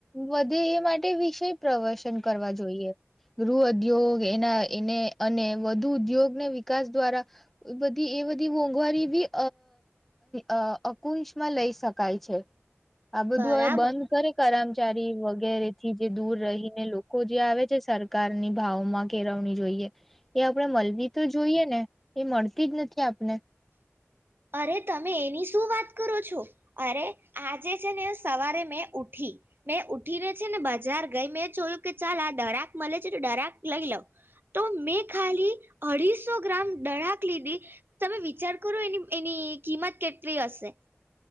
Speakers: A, in the centre; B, on the right (about 45°).
A: વધે એ માટે વિષય પ્રવશન કરવા જોઈએ ગૃહ ઉદ્યોગ એના એને અને વધુ ઉદ્યોગને વિકાસ દ્વારા બધી એ બધી મોંઘવારી બી અ અકુંશમાં લઈ શકાય છે આ બધું
B: બરાબર
A: હવે બંધ કરે કરમચારી વગેરે વગેરેથી જે દૂર રહીને લોકો જે આવે છે, સરકારની ભાવ માં કેળવણી જોઈએ એ આપણેે મળવી તો જોઈએ ને એ મળતી જ નથી આપને
B: અરે તમે એની શું વાત કરો છો, અરે આજે છે ને સવારે મેં ઉઠી, મેં ઉઠીને છે ને બજાર ગઈ મેં ચલ્યું કે ચાલ આ દરાક મળે છે તો દરાક લઈ લઉ તો મેં ખાલી અઢીસો ગ્રામ દરાક લીધી તમે વિચાર કરો એની એની કિંમત કેટલી હશે?